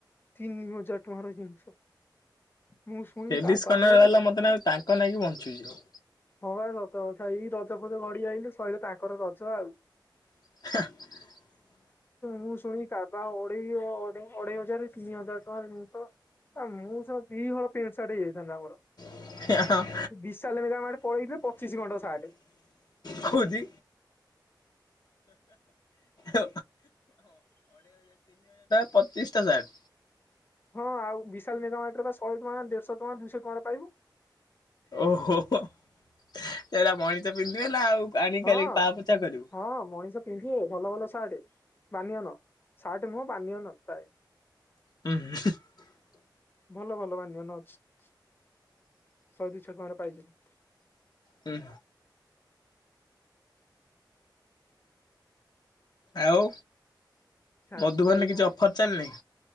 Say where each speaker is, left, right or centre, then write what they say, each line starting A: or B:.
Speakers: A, on the left; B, on the left.
A: ତିନି ହଜାର ଟଙ୍କାର ଜିନିଷ।। ମୁଁ ଶୁଣି
B: ଲେଡିସ୍
A: କା ବା
B: କନର
A: ମୋର
B: ବାଲା ମତେ ନାଗୁଚି ତାଙ୍କ ନାଗି ବଞ୍ଚ <unintelligible>
A: ହଁ ବା ସତ କଥା ଏଇ ରଜ ଫଜ ଘଡି ଆଇଲେ ସହିଲା ତାଙ୍କର ରଜ ଆଉ
B: <inaudible>
A: ମୁଁ ଶୁଣି କବା ଅଢେଇଅଢେଇ ଅଢେଇ ହଜାର ତିନି ହଜାର ଟଙ୍କାରେ ଜିନିଷ ଆ ମୁଁ ସ ଦିହଳ ପେ ସାଟ୍ ହେଇଯାଇଥାନ୍ତା ମୋର
B: <inaudible>
A: ବିଶାଲ ମିଡାମ ଆଡ଼େ ପଳେଇଥିଲେ ପଚିଶି ଘଣ୍ଟ ସାଟ୍
B: କହୁଛି। ଅ ପଚିଶି ଟା ସାଟ୍
A: ହଁ ଆଉ ବିଶାଲ ମେଗା ମାଟ ବା ଶହେ ଟଙ୍କା ଦେଢଶହ ଟଙ୍କା ଦୁଇଶହ ଟଙ୍କାରେ ପାଇବୁ।
B: ଓହୋ ସେରା ମଣିଷ ପିନ୍ଧିବେ ନା ଆଉ ଆଣିକି
A: ହଁ
B: ଖାଲି ପା ପୋଛା କରିବୁ।
A: ହଁ ମଣିଷ ପିନ୍ଧିବେ ଭଲ ଭଲ ସାର୍ଟ। ବାନିଅନ ଶାର୍ଟ ନୁହଁ ବାନିଅନ ପ୍ରାୟ
B: <inaudible>
A: ଭଲ ଭଲ ବାନିଅନ ଅଛି? ଶହେ ଦୁଇଶହ ଟଙ୍କାରେ ପାଇଯିବୁ
B: ହୁଁ ଆଉ
A: ଚାଲିଛି
B: ମଧୁବନରେ
A: ପା ଏଇଆ।
B: କିଛି ଅଫର୍ ଚାଲିନି?